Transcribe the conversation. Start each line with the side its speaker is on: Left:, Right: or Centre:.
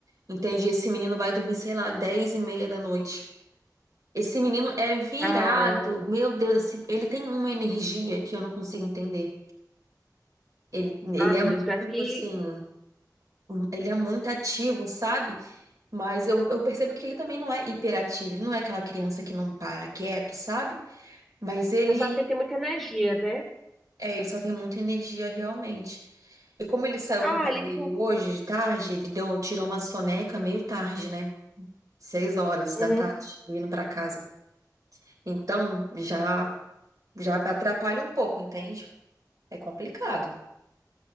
Right: Entendi. Esse menino vai dormir, sei lá, 10 e meia da noite. Esse menino é virado.
Centre: Ah,
Right: Meu Deus, esse- ele tem uma energia que eu não consigo entender. Ele, ele
Centre: ah, meu
Right: é
Centre: Deus, parece
Right: muito
Centre: que
Right: assim, um, ele é muito ativo, sabe? Mas eu, eu percebo que ele também não é hiperativo, ele não é aquela criança que não para quieto, sabe? Mas ele,
Centre: é só ter, ter muita energia, né?
Right: é, ele só tem muita energia realmente. E como ele saiu
Centre: Ah,
Right: com o pai
Centre: ele...
Right: dele
Centre: tu-
Right: hoje, de tarde, ele deu, tirou uma soneca meio tarde, né? Seis horas
Centre: Uhum.
Right: da tarde, vindo pra casa. Então, já, já atrapalha um pouco, entende? É complicado.